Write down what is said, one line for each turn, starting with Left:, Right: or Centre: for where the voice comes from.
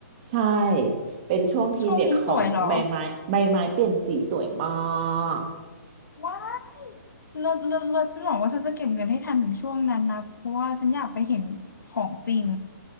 Right: ใช่ เป็นช่วงพีเรียดของใบไม้ใบไม้เปลี่ยนสีสวยมา
Left: ช่วงนี้สวยเหรอ
Right: ก
Left: ว้ายเลิศเลิศเลิศฉันบอกว่าฉันจะเก็บเงินให้ทันถึงช่วงนั้นนะเพราะว่าฉันอยากไปเห็นของจริง